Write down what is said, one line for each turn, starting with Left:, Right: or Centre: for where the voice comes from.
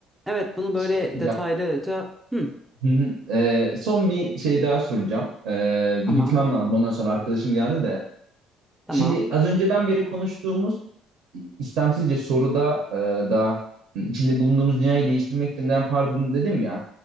Centre: evet bunu
Right: Şey
Centre: böyle
Right: diyeceğim.
Centre: detaylıca... Hı,
Right: Hı hı. Ee, son bir şey daha soracağım. Ee, bir
Centre: tamam,
Right: gitmem lazım. Ondan sonra arkadaşım geldi de.
Centre: tamam,
Right: Şimdi az önceden beri konuştuğumuz istemsizce soruda e, da içinde bulunduğumuz dünyayı değiştirmek için ne yapardın dedim ya.